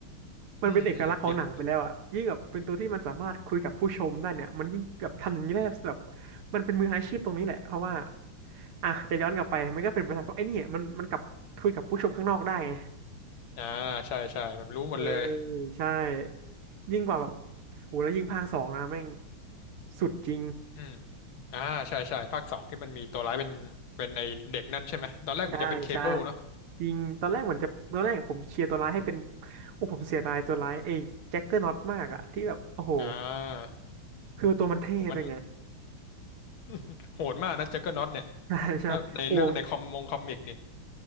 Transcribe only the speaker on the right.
มันเป็นเอกลักษณ์ของหนังไปแล้วอะยิ่งแบบเป็นตัวที่มันสามารถคุยกับผู้ชมได้เนี่ยมันยิ่งแบบทำอย่างนี้ได้แบบ
มันเป็นมืออาชีพตรงนี้แหละเพราะว่าอ่ะจะย้อนกลับไปมันก็เป็นไปได้เพราะไอ้นี่มันมันกลับคุยกับผู้ชมข้างนอกได้ไง
เออใช่ยิ่งกว่าแบบโหแล้วยิ่งภาคสองนะแม่งสุดจริง
ใช่ใช่ จริง ตอนแรกเหมือนจะตอนแรกผมเชียร์ตัวร้ายให้เป็น โอ้ผมเสียดายตัวร้ายเอ้แจ็คเกอร์น็อตมากอะที่แบบโอ้โห
คือตัวมันเท่ด้วยไง
<laughs> ใช่ใช่โอ้